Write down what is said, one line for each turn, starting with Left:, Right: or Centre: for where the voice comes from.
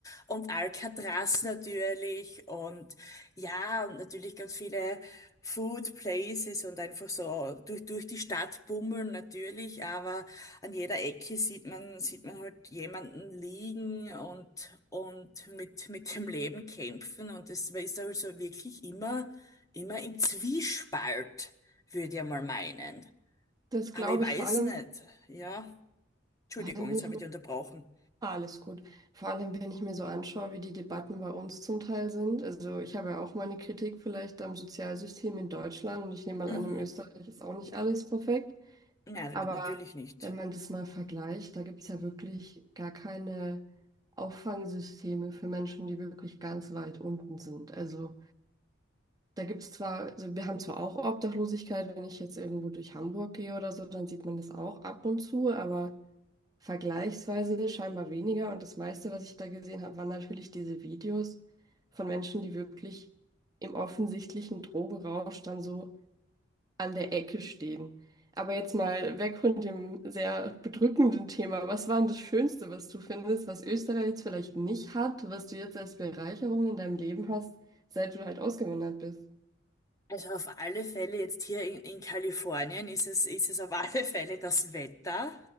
Left: und Alcatraz natürlich und ja, und natürlich ganz viele Food Places und einfach so durch, durch die Stadt bummeln natürlich, aber an jeder Ecke sieht man, sieht man halt jemanden liegen und, und mit, mit dem Leben kämpfen und das, man ist halt so wirklich immer, immer im Zwiespalt, würde ich mal meinen.
Right: Das glaube
Left: Aber ich weiß
Right: ich vor allem,
Left: nicht, ja. Entschuldigung,
Right: vor allem wenn
Left: jetzt
Right: ich
Left: habe
Right: mir,
Left: ich dich unterbrochen.
Right: alles gut. Vor allem, wenn ich mir so anschaue, wie die Debatten bei uns zum Teil sind. Also ich habe ja auch meine Kritik vielleicht am Sozialsystem in Deutschland und ich nehme mal
Left: Mhm.
Right: an, in Österreich ist auch nicht alles perfekt.
Left: Nein,
Right: Aber
Left: natürlich nicht.
Right: wenn man das mal vergleicht, da gibt es ja wirklich gar keine Auffangsysteme für Menschen, die wirklich ganz weit unten sind. Also Da gibt es zwar, also wir haben zwar auch Obdachlosigkeit, wenn ich jetzt irgendwo durch Hamburg gehe oder so, dann sieht man das auch ab und zu, aber vergleichsweise scheinbar weniger. Und das meiste, was ich da gesehen habe, waren natürlich diese Videos von Menschen, die wirklich im offensichtlichen Drogenrausch dann so an der Ecke stehen. Aber jetzt mal weg von dem sehr bedrückenden Thema. Was war denn das Schönste, was du findest, was Österreich jetzt vielleicht nicht hat, was du jetzt als Bereicherung in deinem Leben hast, seit du halt ausgewandert bist?
Left: Also auf alle Fälle jetzt hier in, in Kalifornien ist es, ist es auf <laughs> alle Fälle das Wetter,